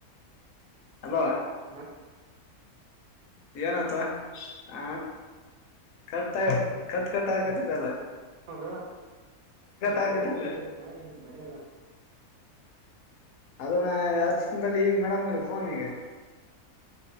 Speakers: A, on the left; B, on the right.
A: ಹಲೋ
B: ಮತ್
A: ಏನತ ಹ ಕಟ್ ಕಟ್ ಕಟ್ ಆಗಕತದಲ್ಲ
B: ಅದ
A: ಹಾಕತೈತೆ
B: ಮಲ್ಟಿಪಲ್ಟೈಸ ಏನ್ ಬರೋದ
A: ಅದನ್ನ ಹಚ್ಚತನ ತಡಿ ಈಗ ಮೇಡಮರಿಗ ಫೋನಿಗ